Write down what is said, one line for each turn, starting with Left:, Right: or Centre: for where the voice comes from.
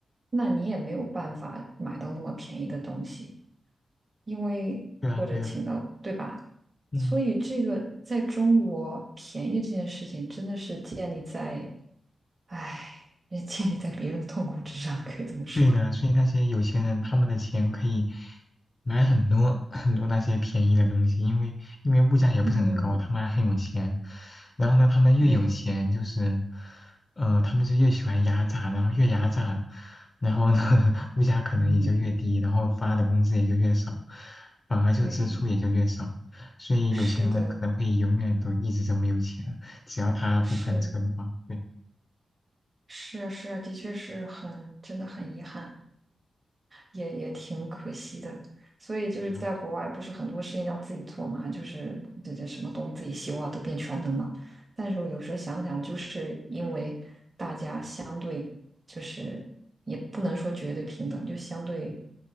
Right: 那你也没有办法买到那么便宜的东西。因为或者请到，
Left: 对啊，对啊，
Right: 对吧？
Left: 嗯。
Right: 所以这个在中国便宜这件事情，真的是建立在，唉，也建立在别人的痛苦之上，可以这么说。
Left: 对的，所以那些有钱人他们的钱可以买很多 <laughs> 很多那些便宜的东西，因为因为物价也不是很高，
Right: 嗯，
Left: 他们还很有钱。然后呢，他们越有钱，
Right: 对，
Left: 就是呃，他们就越喜欢压榨，然后越压榨，然后呢，<laughs> 物价可能也就越低，
Right: 嗯，
Left: 然后发的工资也就越少，反而就支出也就越少。
Right: 对，
Left: 所以有钱人可能会永远都一直这么有钱，
Right: 是的，
Left: 只要他不翻车的话，
Right: 是
Left: 对
Right: 是啊，是啊，的确是很，真的很遗憾。也也挺可惜的。所以就是在国外，
Left: 对啊，
Right: 不是很多事情要自己做嘛，就是这这什么东西自己修啊，都变全能了。但是我有时候想想，就是因为大家相对就是也不能说绝对平等，就相对